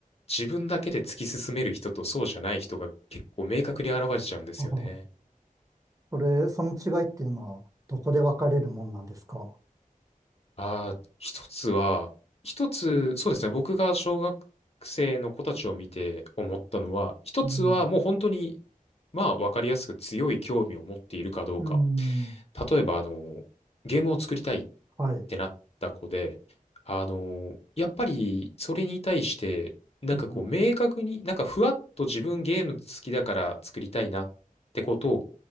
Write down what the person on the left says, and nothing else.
自分だけで突き進める人とそうじゃない人が結構明確に現れちゃうんですよね。
ああ、一つは、一つ、そうですね、僕が小学生の子たちを見て思ったのは、一つはもう本当に
まあ、わかりやすく強い興味を持っているかどうか。
例えば、あの、ゲームを作りたいっ
てなった子で、あの、やっぱり、それに対して、なんかこう、
明確に、なんかふわっと自分ゲーム好きだから作りたいなってことを、